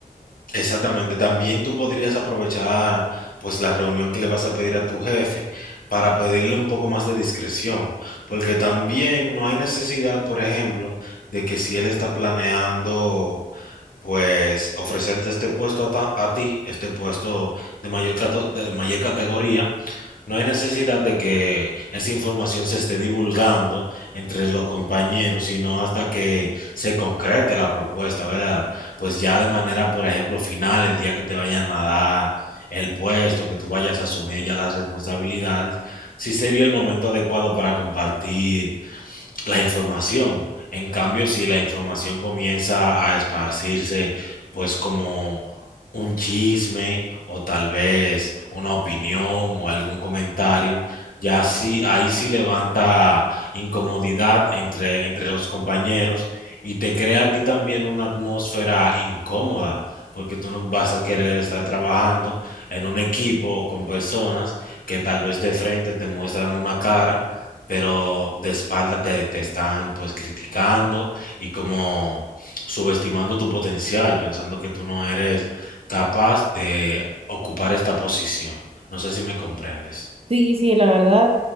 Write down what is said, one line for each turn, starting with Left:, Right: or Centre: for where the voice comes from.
Left: Exactamente, también tú podrías aprovechar pues la reunión que le vas a pedir a tu jefe para pedirle un poco más de discreción, porque también no hay necesidad, por ejemplo, de que si él está planeando pues ofrecerte este puesto a, ta- a ti, este puesto de mayor, cato- de mayor categoría, no hay necesidad de que esa información se esté divulgando entre los compañeros, sino hasta que se concrete la propuesta, ¿verdad? Pues ya de manera, por ejemplo, final, el día que te vayan a dar el puesto, que tú vayas a asumir ya las responsabilidades, sí sería el momento adecuado para compartir la información. En cambio, si la información comienza a esparcirse, pues como un chisme o tal vez una opinión o algún comentario, ya sí, ahí sí levanta incomodidad entre, entre los compañeros y te crea a ti también una atmósfera incómoda, porque tú no vas a querer estar trabajando en un equipo o con personas que tal vez de frente te muestran una cara pero de espalda te, te están pues criticando y como subestimando tu potencial, pensando que tú no eres capaz de ocupar esta posición. No sé si me comprendes.
Right: Sí, sí, la verdad,